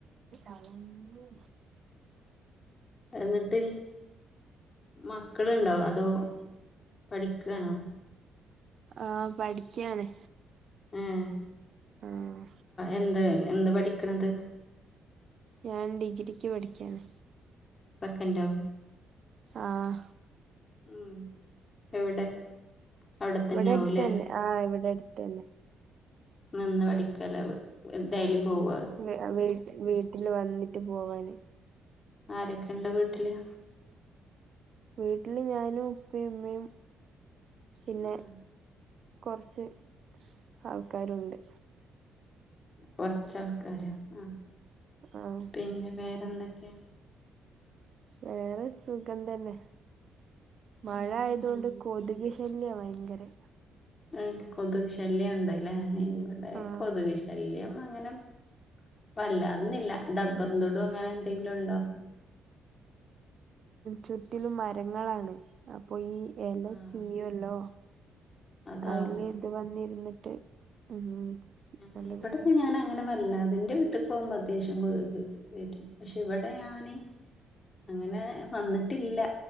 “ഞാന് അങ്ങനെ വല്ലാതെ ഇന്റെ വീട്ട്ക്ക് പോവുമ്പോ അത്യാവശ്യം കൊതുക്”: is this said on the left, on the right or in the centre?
Left